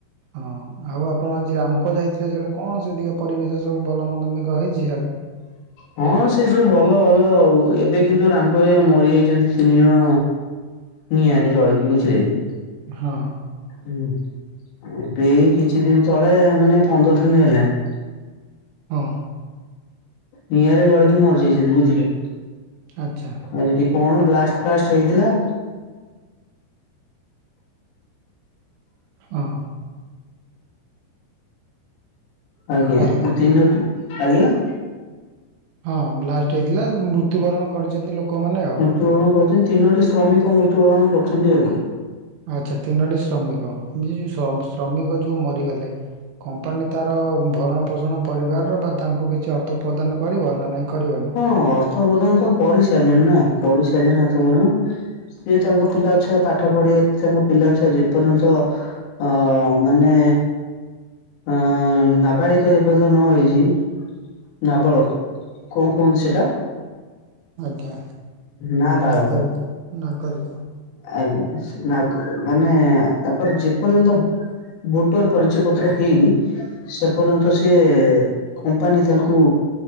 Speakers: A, on the right; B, on the left.
A: ହଁ ଆଉ ଆପଣ ଆଜି ରାମକୋ ଯାଇଥିଲେ ସେଇଆଡ଼େ କଣ ସେଠିକା ପରିବେଶ ସବୁ ଭଲ ମନ୍ଦ ମେଘ ହେଇଛି ହିଆଡ଼େ। <inaudible>
B: ହଁ ସେ ସବୁ ଭଲ ଭଲ ଆଉ ଏବେ କିନ୍ତୁ ରାମକରେ ମରି ଯାଇଛନ୍ତି ତିନି ଜଣ ନିଆଁରେ ଜଳିକି ବୁଝିଲେ କି।
A: ହଁ।
B: ହୁଁ ଏବେ କିଛି ଦିନ ତଳେ ମାନେ ପନ୍ଦର ଦିନ ହେଲାଣି।
A: ହଁ।
B: ନିଆଁରେ ଜଳିକି ମରିଯାଇଛନ୍ତି ବୁଝିଲେ।
A: ଆଚ୍ଛା।
B: ଏଠି କଣ ବ୍ଲାଷ୍ଟ ଫ୍ଲାଷ୍ଟ ହେଇଥିଲା।
A: ହଁ।
B: ଆଜ୍ଞା
A: ହ୍ୟାଲୋ
B: ତିନ ଆଜ୍ଞା।
A: ହଁ ବ୍ଲାଷ୍ଟ ହେଇଥିଲା ମୃତ୍ୟୁବରଣ କରିଛନ୍ତି ଲୋକମାନେ ଆଉ।
B: ମୃତ୍ୟୁବରଣ କରଛନ୍ତି ତିନୋଟି ଶ୍ରମିକ ମୃତ୍ୟୁବରଣ କରୁଛନ୍ତି ଆଉ
A: ଆଚ୍ଛା ତିନୋଟି ଶ୍ରମିକ ଯ ଶ୍ରମିକ ଯୋଉ ମରିଗଲେ କମ୍ପାନୀ ତାର ଭରଣ ପୋଷଣ ପରିବାରର ବା ତାଙ୍କୁ କିଛି ଅର୍ଥ ପ୍ରଦାନ କରିବ ନା ନାଇଁ କରିବନି।
B: ହଁ ଅର୍ଥ ପ୍ରଦାନ ତ କରି ସାରିଲେଣିି ନା କରି ସାଇଲେଣିି ଅର୍ଥ ପ୍ରଦାନ। ସିଏ ତାଙ୍କ ପିଲା ଛୁଆ ପାଠ ପଢିବା ତାଙ୍କ ପିଲା ଛୁଆ ଯେ ପର୍ଯ୍ୟନ୍ତ ହଁ ମାନେ ଅଁ ନାବାଳିକ ଯେ ପର୍ଯ୍ୟନ୍ତ ନ ହେଇଛି ନାବାଳକ କଣ କୁହନ୍ତି ସେଟା
A: ଆଜ୍ଞା
B: ନାବାଳକ
A: ନାଗରିକ ନାଗରିକ।
B: ଆଜ୍ଞା ନାଗ ମାନେ ତାଙ୍କର ଯେପର୍ଯ୍ୟନ୍ତ ଭୋଟର ପରିଚୟ ପତ୍ର ହେଇନି ସେ ପର୍ଯ୍ୟନ୍ତ ସିଏ କମ୍ପାନୀ ତାଙ୍କୁ